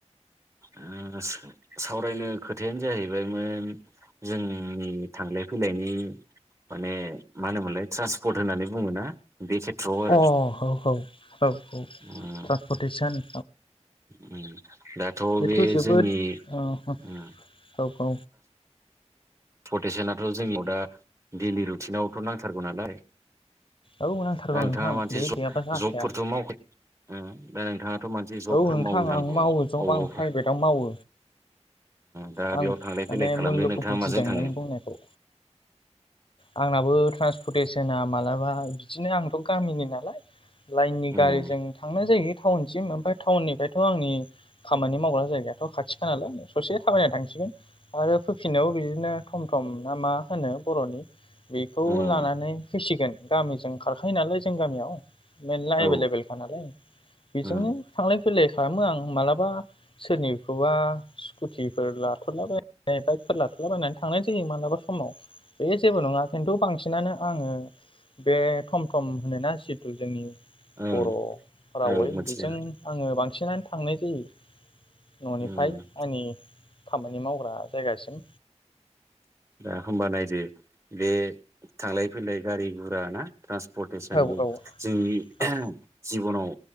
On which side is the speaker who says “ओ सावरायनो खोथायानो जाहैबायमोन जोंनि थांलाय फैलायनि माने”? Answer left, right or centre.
Right